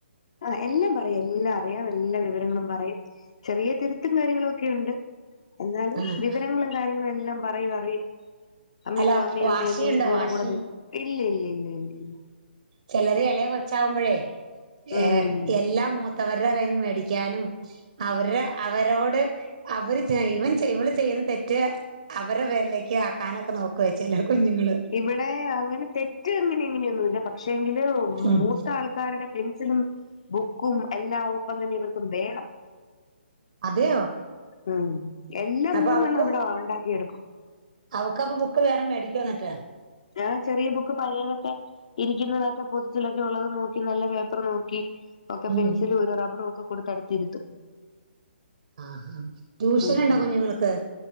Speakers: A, on the left; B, on the right.
A: ആ എല്ലാം പറയും എല്ലാം അറിയാം എല്ലാ വിവരങ്ങളും പറയും ചെറിയ തിരുത്തും കാര്യങ്ങളും ഒക്കെയുണ്ട് എന്നാലും
B: ആഹ്
A: വിവരങ്ങളും കാര്യങ്ങളും എല്ലാം പറയും അറിയും അമ്മിയുടെ
B: അല്ല
A: അമ്മി
B: വാശിയുണ്ടോ
A: അമ്മി അമ്മി കൂടെ
B: വാശി
A: കൂട ഇല്ലയില്ലയില്ലയില്ലയില്ല
B: ചെലര് ഇളയ കൊച്ചാവുമ്പഴേ
A: ഉം
B: ഏഹ് എല്ലാം മൂത്തവരുടെ കയ്യിന്ന് മേടിക്കാനും അവര്ടെ അവരോട് അവര് ഇവൻ ഇവള് ചെയ്യുന്ന തെറ്റ് അവര്ടെ പേരിലേക്ക് ആക്കാനൊക്കെ നോക്കെ ചെലെ കുഞ്ഞുങ്ങള്
A: ഇവിടെ അങ്ങനെ തെറ്റ് അങ്ങനിങ്ങനെയൊന്നുല്ല പക്ഷെ എങ്കില്
B: ഉം
A: മൂത്താൾ ത്തവരുടെ പെൻസിലും ബുക്കും എല്ലാം ഒപ്പം തന്നെ ഇവർക്കും വേണം
B: അതെയോ
A: ഉം എല്ലാം
B: അപ്പൊ
A: മൂന്നെണ്ണം
B: അവക്കും
A: ഇവിടെ ഉണ്ടാക്കി എടുക്കും
B: അവക്കപ്പൊ ബുക്ക് വേറെ മേടിക്കുവൊ എന്നിട്ട്
A: ആഹ് ചെറിയ ബുക്ക് പഴയതൊക്കെ ഇരിക്കുന്നതൊക്കെ പൊതുച്ചിലൊക്കെയുള്ളത് നോക്കി നല്ല പേപ്പറ് നോക്കി ഒക്കെ
B: ഉം
A: പെൻസിലു ഒരു റബറും ഒക്കെ കൊടുത്ത് അടുത്തിരിത്തും
B: ആഹ് ട്യൂഷനുണ്ടോ
A: ഉം
B: കുഞ്ഞുങ്ങൾക്ക്